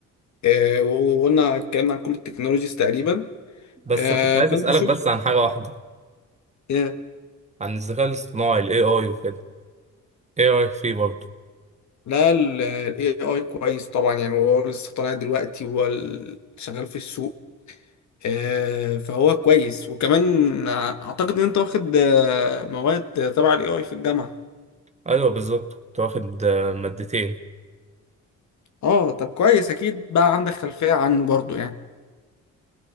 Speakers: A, on the left (about 65°); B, on the right (about 20°).
A: آه، وقلنا اتكلمنا عن كل التكنولوجيز تقريبا
B: بس
A: آه،
B: كنت عايز
A: فانت
B: اسالك
A: شوف
B: بس عن حاجه واحده
A: آه،
B: عن الذكاء الاصطناعي الاي اي وكده ايه رايك فيه برضه
A: لا ال ال AI كويس طبعا يعني هو لسه طالع دلوقتي وهو ال- شغال في السوق آه، فهو كويس وكمان اعتقد ان انت واخد آه، مواد تبع ال AI في الجامعة
B: ايوه بالظبط كنت واخد آه، مادتين
A: اه طب كويس اكيد بقى عندك خلفية عنه برضو يعني